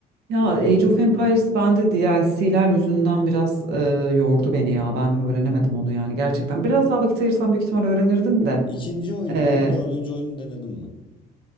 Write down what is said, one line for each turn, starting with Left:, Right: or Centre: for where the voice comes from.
Right: Ya
Left: Eğlenceli
Right: Age of Empires
Left: oluyor.
Right: bende DLC'ler yüzünden biraz e, yordu beni ya ben öğrenemedim
Left: Hmm.
Right: onu yani gerçekten biraz daha vakit ayırsam büyük ihtimal öğrenirdim de
Left: İkinci oyunu
Right: e,
Left: mu, dördüncü oyunu denedin mi?